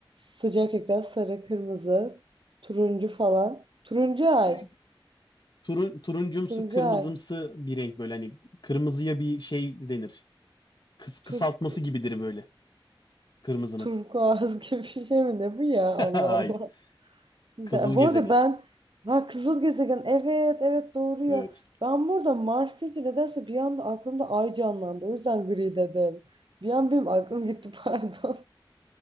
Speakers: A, on the right (about 65°); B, on the left (about 55°).
A: sıcak renkler sarı, kırmızı, turuncu falan. Turuncu ay.
B: E, Turun, turuncumsu
A: Turuncu
B: kırmızımsı
A: ay.
B: bir renk böyle hani kırmızıya bir şey denir. Kıs kısaltması
A: Turk,
B: gibidir böyle. Kırmızının.
A: turkuaz <laughs> gibi bir şey mi ne bu ya? Allah
B: <laughs>
A: Allah.
B: Hayır.
A: de-
B: Kızıl
A: bu
B: gezegen.
A: arada ben ha kızıl gezegen evet evet doğru ya.
B: Evet.
A: Ben burada Mars deyince nedense bir anda aklımda ay canlandı. O yüzden gri dedim. Bir an benim aklım gitti <laughs> pardon.